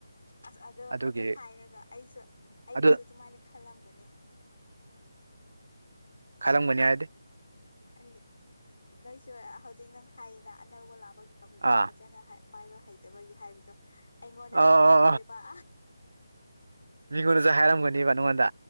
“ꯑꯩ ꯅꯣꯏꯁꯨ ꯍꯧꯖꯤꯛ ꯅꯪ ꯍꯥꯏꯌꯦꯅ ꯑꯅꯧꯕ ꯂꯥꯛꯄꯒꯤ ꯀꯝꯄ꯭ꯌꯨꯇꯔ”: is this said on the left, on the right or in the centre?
Left